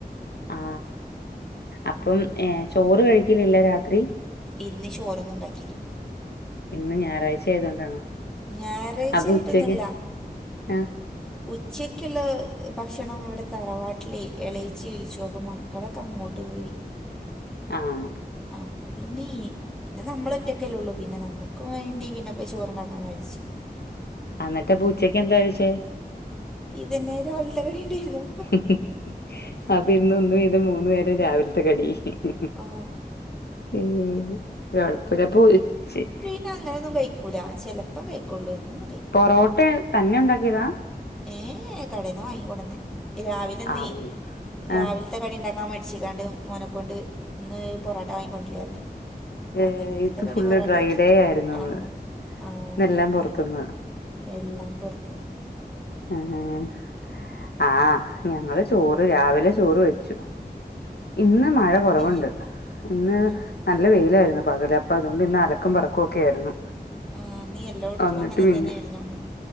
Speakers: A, on the left; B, in the centre.
A: ആ അപ്പം എ ചോറ് കഴിക്കലില്ല രാത്രി?
B: ഇന്ന് ചോറൊന്നും ഇണ്ടാക്കില്ല.
A: ഇന്ന് ഞായറാഴ്ച ആയതുകൊണ്ടാണോ?
B: ഞായറാഴ്ച
A: അപ്പൊ
B: ആയിട്ടൊന്നല്ല.
A: ഉച്ചക്ക് ആ
B: ഉച്ചക്കുള്ള ഭക്ഷണം ഇവിടെ തറവാട്ടിലെയ് എളയിച്ചിവിളിച്ചു അപ്പ മക്കളൊക്കെ അങ്ങോട്ട് പോയി.
A: ആഹ
B: അപ്പ പിനേ പിനെ ന്നമ്മള്. റ്റക്കല്ലെ ഒള്ളൂ പിനെ ന്നമ്മക്ക്‌ വേണ്ടി പിനെ പ്പ ചോറുണ്ടാക്കാൻ വരിച്ച്-
A: അന്നട്ട് പ്പഉച്ചക്കെന്താ കഴിച്ചേ?
B: ഇതിനൊരു ഓൾട്ട കുടി ഉണ്ടായിന്നു.
A: ഹ് ഹ് അപ്പൊ ഇന്ന് ഒന്ന് വീതം മൂന്നു നേരം രാവിലത്തെ കടി ഹ് ഹ്.
B: ആ
A: ഉ കൊഴപ്പില്ല പ്പ ഒഴിച്ച്-
B: പിന അങ്ങനൊന്നും കഴിക്കൂല ചെലപ്പം കഴിക്കൊള്ളൂ എന്നൊന്നും കയ്-
A: പൊറോട്ടയാൾ തന്നെ ഉണ്ടാക്കിയതാ?
B: ഏ കടെന്ന് വാങ്ങി കൊടന്നെയ് രാവിലെന്നെ
A: അള്ള
B: രാവിൽ-
A: ആഹ്
B: ഇന്ന്കടിണ്ടാക്കാൻ മടിച്ചിക്കാണ്ട് മേനക്കൊണ്ട് ഇന്ന് പൊറാട്ട വാങ്ങികൊണ്ട്രീ പറഞ്.
A: ഏഹ്
B: അങ്ങനെ ഇന്നത്തെ
A: ഇത്
B: കടി
A: ഫുള്ള്
B: പൊറാട്ട
A: ഡ്രൈഡേ
B: ആക്കി
A: ആയിരുന്നുന്ന്
B: ആ. ആഹ
A: ഇന്നെല്ലാം
B: അതെ
A: പൊറത്തുന്ന്
B: എല്ലാം പൊറത്ത്ന്ന്.
A: ഉം ഉം ആഹ് ഞങ്ങള് ചോറ് രാവിലെ ചോറ് വെച്ചു ഇന്ന് മഴ- കുറവുണ്ട്
B: ഏ
A: ഇന്ന്
B: ആ
A: നല്ല വെയ്ലായിരുന്നു പകല് അപ്പം അതുകൊണ്ട് ഇന്ന് അലക്കും പറക്കും ഒക്കെ ആയിരുന്നു.
B: ആ ന്നീ എല്ലോട്ത്തും
A: എന്നിട്ട്
B: അങ്ങനെ
A: പിന്നെ
B: തന്നെആയ്ര്ന്നുണ്ട്.